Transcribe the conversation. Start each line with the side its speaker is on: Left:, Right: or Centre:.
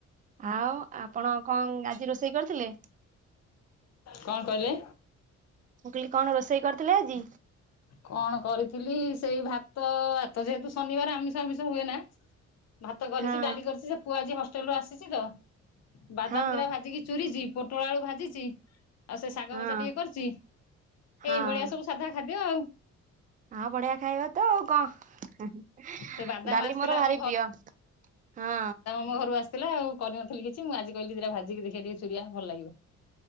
Right: ଆଉ ଆପଣ କଂ ଆଜି ରୋଷେଇ କରିଥିଲେ?
Left: କଣ କଇଲେ?
Right: ମୁ କଇଲି କଣ ରୋଷେଇ କରିଥିଲେ ଆଜି?
Left: କଣ କରିଥିଲି ସେଇ ଭାତ ଆତ ଯେହେତୁ ଶନିବାର ଆମିଷ ହାମିଷ ହୁଏ ନା। ଭାତ କରିଛି
Right: ହଁ
Left: ଡାଲି କରିଛି ସେ ପୁଅ ଆଜି ହଷ୍ଟେଲ୍ ରୁ ଆସିଛି ତ ବାଦାମ
Right: ହଁ
Left: ଦିଟା ଭାଜିକି ଚୁରିଚି ପୋଟଳ ଆଳୁ ଭାଜିଚି, ଆଉ ସେ ଶାଗ
Right: ହଁ
Left: ଭଜା ଟିକେ କରିଚି
Right: ହଁ
Left: ଏଇଭଳିଆ ସବୁ ସାଧା ଖାଦ୍ୟ ଆଉ।
Right: ଆଉ ବଢିଆ ଖାଇବା ତ ଆଉ କଁ।
Left: ସେ ବାଦାମ
Right: ଡାଲି
Left: ଆସିଥିଲା
Right: ମୋର ଭାରି
Left: ଆମ
Right: ପ୍ରିୟ ହଁ।
Left: ମୋ ଘରୁ ଆସିଥିଲା ଆଉ କରିନଥିଲି କିଛି ମୁଁ ଆଜି କହିଲି ଦିଟାଭାଜିକି ଦେଖିବା ଟିକେ ଚୂରିଆ ଭଲ ଲାଗିବ।